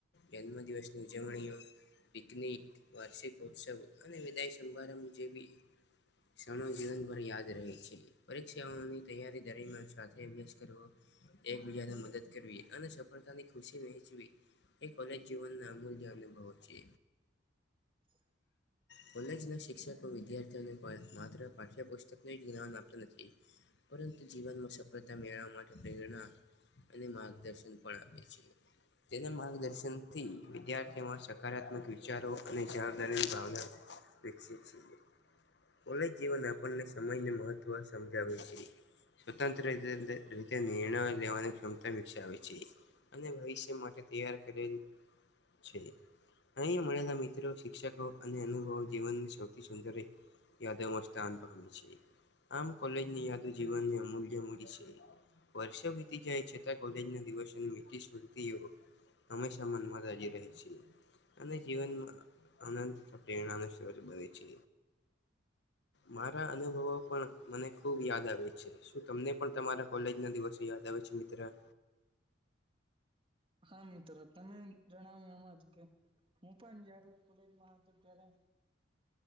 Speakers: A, on the left; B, on the right.
A: જન્મદિવસની ઉજવણીઓ નીક વાર્ષિક ઉત્સવ અને વિદાય સભારંભ જેવી ક્ષણો જીવનભર યાદ રહે છે. પરીક્ષાઓની તૈયારી દરમિયાન સાથે અભ્યાસ કરવો એકબીજાને મદદ કરવી અને સફળતાની ખુશી વહેંચવી. એ કોલેજ જીવન ના અમૂલ્ય અનુભવો છે.
B: હા <inaudible>
A: કોલેજ ના શિક્ષકો વિદ્યાર્થીઓને પણ માત્ર પાઠ્યપુસ્તકને જ જ્ઞાન આપતું નથી પરંતુ જીવનમાં સફળતા મેળવવા માટે પ્રેરણા અને માર્ગદર્શન પણ આપે છે. તેના માર્ગદર્શનથી વિદ્યાર્થીઓમાં સકારાત્મક વિષ ચારો અને જાનદારીની ભાવના વિકસિત છીએ. કોલેજ જીવન આપણને સમયને મહત્ત્વ સમજાવે છે. સ્વતંત્ર રી રી રીતે નિર્ણય લેવાની ક્ષમતા વિકસાવે છે. અને ભવિષ્ય માટે તૈયાર કરેલ છે. અહીંયા મળેલા મિત્રો શિક્ષકો અને અનુભવો જીવનની સૌથી સુંદર રહે. યાદોમાં સ્થાન પામે છે આમ કોલેજની યાદો જીવનની અમૂલ્ય મૂડી છે. વર્ષો વીતી જાય છતાં કોલેજ ના દિવસો મીઠી સ્મતિયો હમેશા મનમાં રાજી રહે છી. અને જીવનમાં આનંદ પ્રેરણા નો સ્ત્રોત બને છે. મારા અનુભવો પણ મને ખુબ યાદ આવે છે શું તમને પણ તમારા કોલેજ ના દિવસે યાદ આવે છે મિત્રા
B: હા મિત્રો તમે જણાવ્યું એમાં હતું કે હું પણ જયારે કોલેજમાં હતો ત્યારે